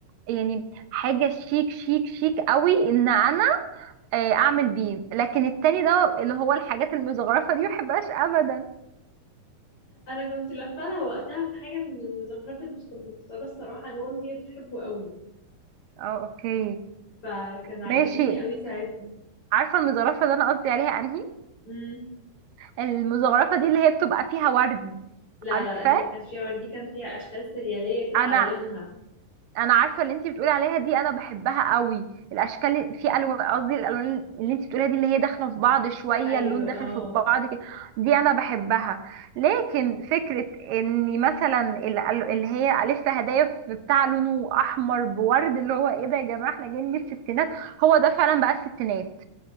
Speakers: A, on the right (about 80°); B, on the left (about 40°).
A: يعني حاجه شيك شيك شيك قوي ان انا آه، اعمل بيه لكن التاني ده اللي هو الحاجات المزخرفه دي محبهاش ابدا
B: انا كنت لفه لها وقتها بحاجه من المزخرفه دي بس كنت مختاره الصراحه لون هي بتحبه قوي
A: اه اوكي
B: فكان عاجبني
A: ماشي
B: قوي ساعتها
A: عارفه المزخرفه اللي انا قصدي عليها انهي
B: امم
A: المزخرفه دي اللي هي بتبقى فيها ورد
B: لا
A: عارفاه
B: لا لا، دي ما كانش فيها ورد دي كان فيها اشكال سرياليه كده
A: انا
B: على لونها
A: انا عارفه اللي انت بتقولي عليها دي انا بحبها قوي الاشكال في الوان قصدي الالوان اللي انت بتقوليها دي اللي هي داخله في بعض شويه
B: ايوه
A: اللون
B: اه
A: داخل في بعض كده دي انا بحبها لكن فكره ان مثلا ال- ال- اللي هي الف هدايا في بتاع لونه احمر بورد اللي هو ايه ده يا جماعه احنا جايين من الستينات هو ده فعلا بقى الستينات